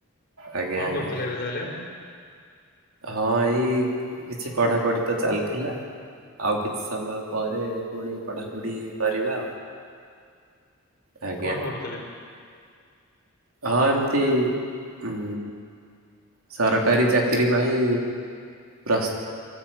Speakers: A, on the right; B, on the left.
A: ଆଜ୍ଞା
B: କଣ
A: ଆଜ୍ଞା
B: କରୁଥିଲେ ଏବେ ତାହେଲେ?
A: ହଁ, ଏଇ କିଛି ପଢାପଢି ତ ଚାଲିଥିଲା। ଆଉ କିଛି ସମୟ ପରେ ପୁଣି ପଢାପଢି କରିବା। ଆଜ୍ଞା।
B: କଣ ପଢୁଥିଲେ?
A: ହଁ ଏମତି ଉଁ ସରକାରୀ ଚାକିରିୀ ପାଇଁ ପ୍ରସ୍ତ